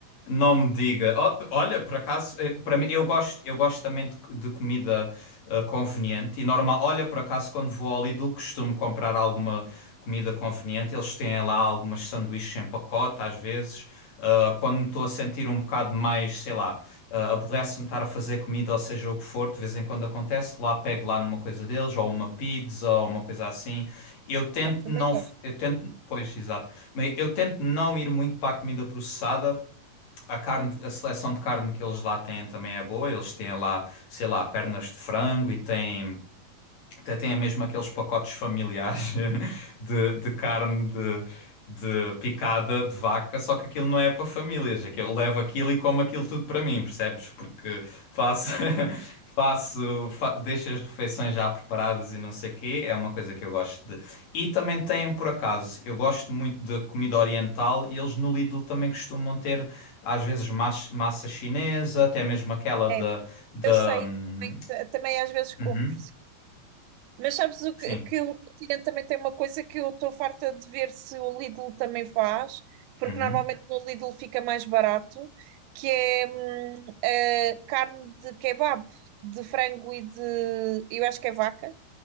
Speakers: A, on the left (about 60°); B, on the right (about 85°).
A: Não me diga. Ó, Olha, por acaso, eh, para mim, eu gosto, eu gosto também de, de comida eh, conveniente e normal. Olha, por acaso, quando vou ao Lidl, costumo comprar alguma comida conveniente. Eles têm lá algumas sanduíches em pacote, às vezes. Ah, quando me estou a sentir um bocado mais, sei lá, ah, aborrece-me estar a fazer comida, ou seja o que for, de vez em quando acontece, lá pego lá numa coisa deles, ou uma pizza, ou uma coisa assim. Eu tento
B: pá, também
A: não,
B: gosto.
A: f- eu tento, pois, exato, mas eu tento não ir muito para a comida processada. A carne, a seleção de carne que eles lá têm também é boa. Eles têm lá, sei lá, pernas de frango e têm até tem mesmo aqueles pacotes familiares <laughs> de, de carne de, de picada de vaca, só que aquilo não é para famílias. É que eu levo aquilo e como aquilo tudo para mim, percebes? Porque faço, <laughs> faço, fa deixo as refeições já preparadas e não sei o quê. É uma coisa que eu gosto de. E também tem, por acaso, eu gosto muito de comida oriental e eles no Lidl também costumam ter, às vezes, mas- massa chinesa, até mesmo aquela da.
B: É,
A: da...
B: eu sei,
A: hum,
B: também, também às vezes
A: Uhum,
B: compro. Mas sabes o
A: sim.
B: que, que o Continente também tem uma coisa que eu estou farta de ver se o Lidl também faz, porque
A: Uhum.
B: normalmente no Lidl fica mais barato, que é hum, a carne de kebab, de frango e de, eu acho que é vaca,